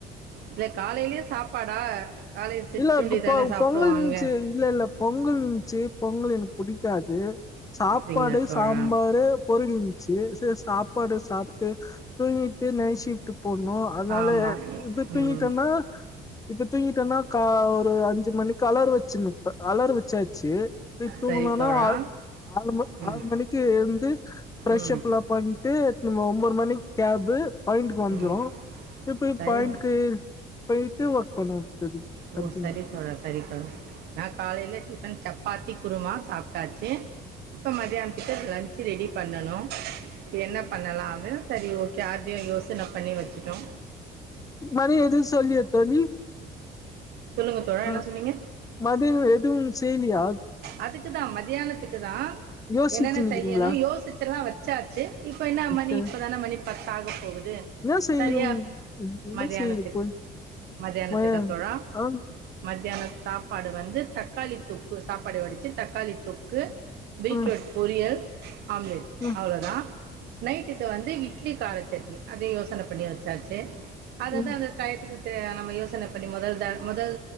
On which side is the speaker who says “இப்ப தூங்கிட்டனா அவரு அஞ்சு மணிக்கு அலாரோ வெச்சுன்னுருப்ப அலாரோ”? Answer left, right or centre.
Left